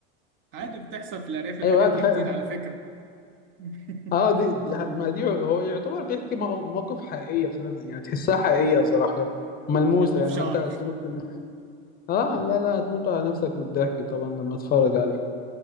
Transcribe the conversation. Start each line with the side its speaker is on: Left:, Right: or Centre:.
Right: عادي بتحصل في الأرياف
Left: <laughs>
Right: الحاجات
Left: ايوه بقى
Right: دي
Left: تخيل
Right: كتير على فكرة <laughs>
Left: اه دي, دي ما دي هو يعتبر بيحكي مو- موقف حقيقية في نفس يعني تحسها حقيقية صراحة يعني ملموسة
Right: شد
Left: يعني
Right: في شعر
Left: فانت هتموت من اه لا لا هتموت على نفسك من الضحك طبعا لما اتفرج عليه